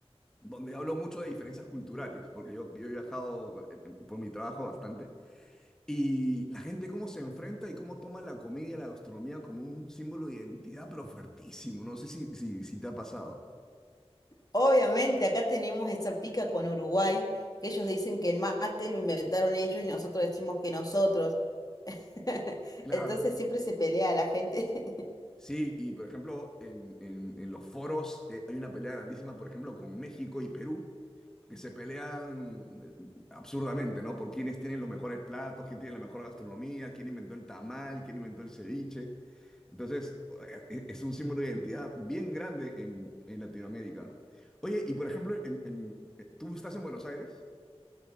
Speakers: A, in the centre; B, on the left.
A: donde hablo mucho de diferencias culturales, porque yo, yo he viajado eh, eh, por mi trabajo bastante, y la gente cómo se enfrenta y cómo toma la comida y la gastronomía como un símbolo de identidad, pero fuertísimo. No sé si, si, si te ha pasado.
B: Obviamente, acá tenemos esa pica con Uruguay, que ellos dicen que el mate lo inventaron ellos y nosotros decimos que nosotros. <laughs>
A: Claro.
B: Entonces siempre se pelea la gente. <laughs>
A: Sí, y por ejemplo, en, en- en los foros eh, hay una pelea grandísima, por ejemplo, con México y Perú, que se pelean eh, absurdamente, ¿no? Por quiénes tienen los mejores platos, quién tiene la mejor gastronomía, quién inventó el tamal, quién inventó el ceviche. Entonces, eh, eh, es un símbolo de identidad bien grande en, en Latinoamérica. Oye, y por ejemplo, en- en- eh, ¿tú estás en Buenos Aires?